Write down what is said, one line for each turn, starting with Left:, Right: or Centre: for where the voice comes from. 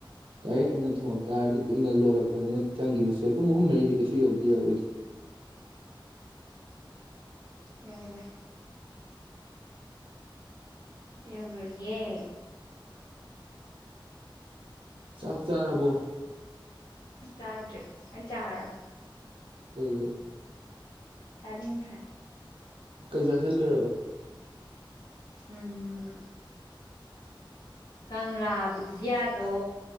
Right: ꯗꯥꯏꯔꯦꯛ ꯑꯣꯏꯅ ꯊꯣꯡꯉꯛ ꯇꯥꯔꯗꯤ ꯀꯨꯏꯅ ꯂꯣꯜꯂꯛꯄꯅꯤꯅ ꯆꯪꯒꯤꯈꯤꯕꯁꯦ ꯄꯨꯡ ꯑꯍꯨꯝ ꯃꯔꯤꯗꯤ ꯀꯩꯁꯨ ꯌꯧꯗꯤ ꯌꯧꯔꯛꯑ‍ꯣꯏꯗ
Left: ꯌꯥꯎꯔꯣꯏ ꯌꯥꯎꯔꯣꯏꯌꯦ
Right: ꯆꯥꯛ ꯆꯥꯔꯕꯣ
Left: ꯆꯥꯗ꯭ꯔꯦ ꯑꯩ ꯆꯥꯔꯔꯣꯏ
Right: ꯀꯩꯒꯤ
Left: ꯆꯥꯅꯤꯡꯗ꯭ꯔꯦ
Right: ꯀꯩ ꯆꯥꯁꯤꯜꯂꯨꯔꯕ
Left: ꯎꯝ ꯀꯪꯂꯥ ꯕꯨꯖꯤꯌꯥꯗꯣ